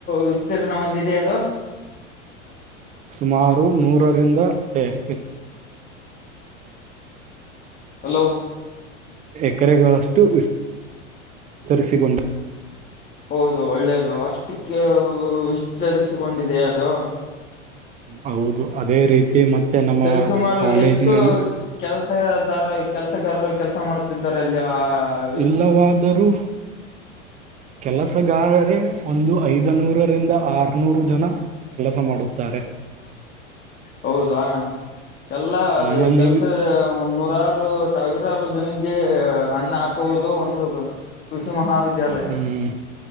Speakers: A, on the left; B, on the right.
A: ವಿಸ್ತೀರ್ಣ ಒಂದಿದೆ ಅದು.
B: ಸುಮಾರು ನೂರರಿಂದ ಏ <inaudible>
A: ಹಲೋ? <inaudible>
B: ಎಕರೆಗಳಷ್ಟು ವಿಸ್ ವಿಸ್ತರಿಸಿಕೊಂಡು. <inaudible>
A: ಹೌದು ಒಳ್ಳೇದು ಅಷ್ಟಕ್ಕೆ ಓ ವಿಸ್ತರಿಸಿಕೊಂಡಿದೆೆಯ ಅದು? <inaudible>
B: ಹೌದು ಅದೇ ರೀತಿ ಮತ್ತೆ ನಮ್ಮ
A: ಸರಿಸುಮಾರು
B: ಕಾಲೇಜಿನಲ್ಲಿ,
A: ಎಷ್ಟು
B: <inaudible>
A: ಕೆಲಸದಾರ ಕೆಲಸಗಾರರು ಕೆಲಸಾ ಮಾಡುತ್ತಿದ್ದಾರೆ ದೇಯಾ <inaudible>
B: ಇಲ್ಲವಾದರೂ? <inaudible> ಕೆಲಸಗಾರರೇ ಒಂದು ಐದುನೂರರಿಂದ ಆರುನೂರು ಜನಾ <inaudible> ಕೆಲಸ ಮಾಡುತ್ತಾರೆ.
A: ಹೌದಾ ಎಲ್ಲಾ
B: ನಮ್ಮಲ್ಲಿ
A: ಕೆಲಸ ನೂರಾರು. <inaudible> ಸಾವಿರಾರು ಜನಕ್ಕೆ ಅನ್ನ ಹಾಕುವುದು ಒಂದು ಕೃಷಿ ಮಹಾವಿದ್ಯಾಲಯ.
B: ಹ್ಮ್